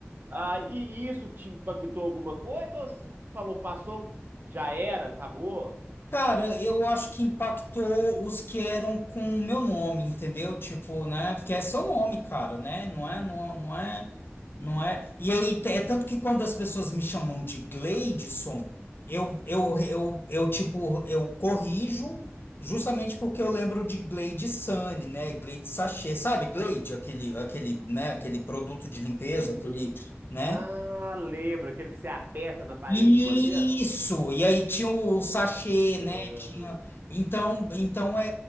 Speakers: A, on the right; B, on the left.
A: Ah, e e isso te impactou alguma coisa? Ou você falou, passou, já era, acabou?
B: Cara, eu acho que impactou os que eram com o meu nome, entendeu? Tipo, né? Porque é seu nome, cara, né? Não é, não, não é,
A: Hum.
B: não é. E aí, t- é tanto que quando as pessoas me chamam de Gleidson, eu, eu, eu, eu, tipo, eu corrijo justamente porque eu lembro de Glade Sunny né? Glade Sachê, sabe? Glade, aquele, aquele, né? Aquele produto de limpeza, aquele, né?
A: Ah, lembra, aquele que você aperta na parede
B: Isso,
A: do banheiro?
B: e aí tinha o sachê,
A: Ah,
B: né? Tinha. Então, então é,